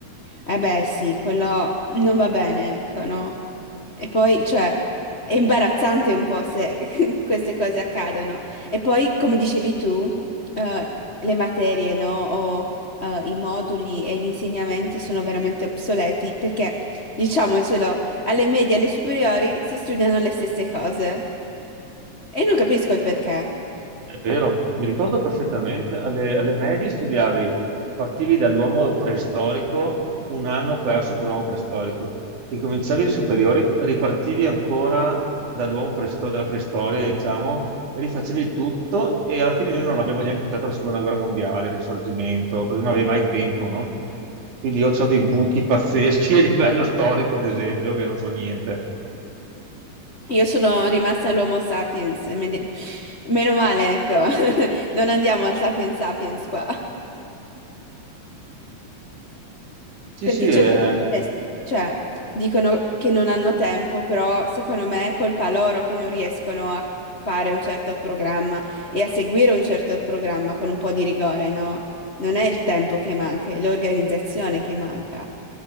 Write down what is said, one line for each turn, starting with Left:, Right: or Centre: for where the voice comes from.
Left: Eh beh, sì, quello non va bene, ecco, no? E poi, cioè, è imbarazzante un po' se <laughs> queste cose accadono. E poi, come dicevi tu, eh, le materie, no? O eh, i moduli e gli insegnamenti sono veramente obsoleti perché, diciamocelo, alle medie e alle superiori si studiano le stesse cose. E non capisco il perché.
Right: È vero, mi ricordo perfettamente, alle, alle medie studiavi, partivi dall'uomo preistorico, un anno perso per l'uomo preistorico, ricominciavi le superiori, ripartivi ancora dall'uomo preisto- dalla preistoria, diciamo, rifacevi tutto e alla fine noi non abbiamo neanche studiato la seconda guerra mondiale, il risorgimento, perché non avevi mai tempo, no? Quindi io ho dei buchi pazzeschi <laughs> a livello storico, ad esempio, che non so niente.
Left: Io sono rimasta all'Homo sapiens, e me- meno male, ecco. <laughs> Non andiamo al sapiens sapiens qua.
Right: Sì,
Left: Perché
Right: sì, Mm.
Left: certe
Right: è,
Left: volte, cioè, dicono che non hanno tempo, però secondo me è colpa loro che non riescono a fare un certo programma e a seguire un certo programma con un po' di rigore, no? Non è il tempo che manca, è l'organizzazione che manca.